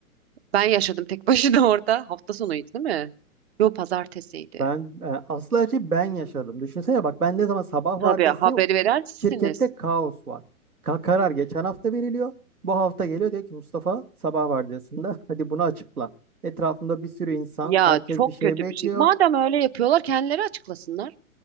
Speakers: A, on the right (about 45°); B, on the right (about 80°).
A: Ben yaşadım tek <laughs> başına orada. Hafta sonuydu değil mi? Yo pazartesiydi.
B: ben e, asıl her şeyi ben yaşadım. Düşünsene bak ben ne zaman sabah
A: Tabii
B: vardiyasıyım
A: haberi veren sizsiniz.
B: şirkette kaos var. Ka- karar geçen hafta veriliyor. Bu hafta geliyor diyor ki Mustafa sabah vardiyasında <laughs> hadi bunu açıkla. Etrafımda bir sürü insan
A: Ya
B: herkes
A: çok
B: bir şey
A: kötü
B: bekliyor.
A: bir şey. Madem öyle yapıyorlar kendileri açıklasınlar.